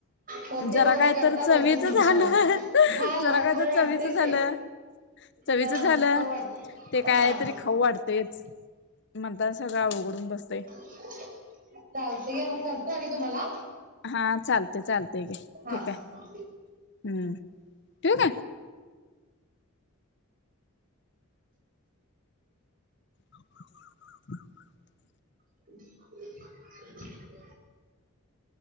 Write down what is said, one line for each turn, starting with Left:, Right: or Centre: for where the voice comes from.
Right: होते
Left: जरा
Right: हो
Left: काय
Right: ते करता
Left: तर चवीच
Right: होतच नाही
Left: झालं
Right: हा झालं
Left: जरा काय
Right: खाऊ
Left: तर
Right: वाटतेच
Left: चवीच झालं.
Right: ते
Left: चवीच
Right: हा
Left: झालं
Right: खाऊ वाट
Left: ते काय
Right: हा
Left: तरी खाऊ वाटते म्हणताना सगळं आवघडून बसत
Right: चालतंय घ्या मग करतो आणि तुम्हाला
Left: हा चालते चालते घे
Right: हा
Left: ठीक
Right: हा
Left: आहे हम्म ठिऊ आहे <unintelligible>
Right: <unintelligible>